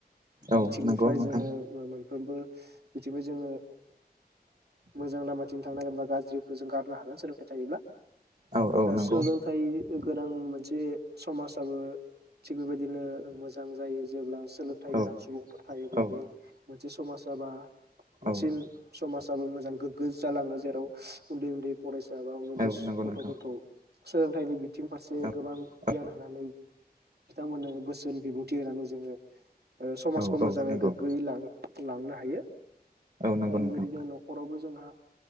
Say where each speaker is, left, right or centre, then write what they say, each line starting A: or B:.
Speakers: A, on the right; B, on the right.
A: औ
B: बिथिंनिफ्राय
A: नंगौ नोंथां
B: जोङो ओ मोनफ्रोमबो बिथिंफाय जोङो मोजां लामाथिं थांनांगोन बा गाज्रिखौ जों गारनो हागोन सोलोंथाइ थायोब्ला।
A: औ औ
B: दा
A: नंगौ
B: सोलोंथाइ गोनां मोनसे समाजाबो थिग बेबायदिनो मोजां जायो जेब्ला सोलोंथाइ
A: औ
B: गोनां सुबुंफोर थायोब्ला
A: औ
B: बे मोनसे समाज जाबा मोनसे
A: औ
B: समाजाबो मोजां गोग्गो जालाङो जेराव उन्दै उन्दै फरायसा बा उन्दै उन्दै
A: औ नंगौ
B: गथफोरखौ
A: नोंथां
B: सोलोंथाइनि बिथिं फारसे
A: औ
B: गोबां
A: औ
B: गियान होनानै बिथांमोननो बोसोननि बिबुंथि होनानै जोङो ओ समाजखौ
A: औ
B: मोजाङै
A: नंगौ
B: गोग्गोयै लां लांनो हायो। ओ
A: औ नंगौ नोंथां
B: बेबायदिनो नखरावबो जोंहा